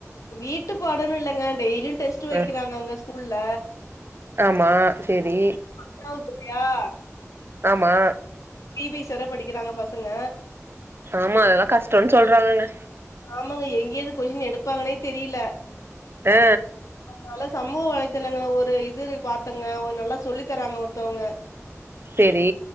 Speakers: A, on the left; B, on the right.
A: வீட்டு பாடோன் இல்லங்க டெய்லியு டெஸ்ட் வைக்கிறாங்க
B: ம்
A: அங்க ஸ்கூல்ல
B: ஆமா சேரி
A: <unintelligible>
B: ஆமா
A: டி பி சேர படிக்கிறாங்க பசங்க
B: ஆமா அதெல்லா கஷ்டம்ன்னு சொல்றாங்கங்க
A: ஆமாங்க எங்கேர்ந்து கொஸ்டின் எடுப்பாங்கன்னே தெரில
B: ஆ
A: அவனால சமூக வலைதளங்கள ஒரு இது பாத்துங்க ஒரு நல்லா சொல்லி தராங்க ஒருத்தவங்க
B: செரி